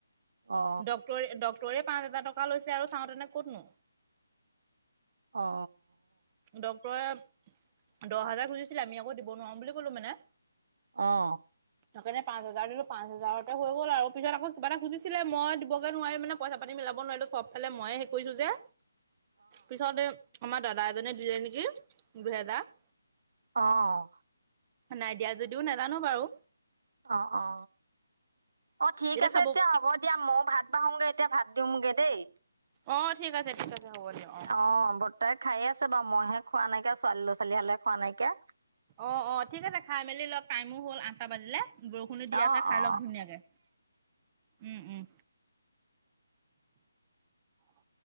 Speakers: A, on the right; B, on the right.
A: অ
B: ডক্টৰে, ডক্টৰে পাঁচ হাজাৰ টকা লৈছে আৰু চাওঁতেনে ক'তনো।
A: অ
B: ডক্টৰে দহ হাজাৰ খুজিছিলে। আমি আকৌ দিব নোৱাৰো বুলি কলো মানে।
A: অ'।
B: সেকাৰনে পাঁচ হাজাৰ দিলো, পাঁচ হাজাৰতে হৈ গ'ল আৰু। পিছত আকৌ কিবা এটা খুজিছিলে, মই দিবগে নোৱাৰি মানে পইচা পাতি মিলাব নোৱাৰিলোঁ, চব ফালে ময়ে সেই কৰিছো যে, পিছত এ আমাৰ <unintelligible> <unintelligible> দিলে নেকি দুহেজাৰ।
A: অ'।
B: নাই দিয়া যদিওঁ নাজানো বাৰু।
A: অ', অ'। অ', ঠিক
B: এতিয়া
A: আছে
B: খাব
A: তেতিয়া হ'ব দিয়া, মইও ভাত বাহুগে। এতিয়া ভাত দিওঁগে দেই।
B: অ', ঠিক আছে, ঠিক আছে। হ'ব দিয়ক
A: অ', বৰ্তাই খাইয়ে আছে বাৰু, মইহে খোৱা নাইকিয়া, ছোৱালী লৰা-ছোৱালী হালে খোৱা নাইকিয়া।
B: অ', অ', ঠিক আছে খাই মেলি লক, টাইমো হ'ল আঠটা বাজিলে। বৰষুণো দি
A: অ
B: আছে, খাই
A: অ
B: লওঁক ধুনীয়াকে। উম, উম। <inaudible>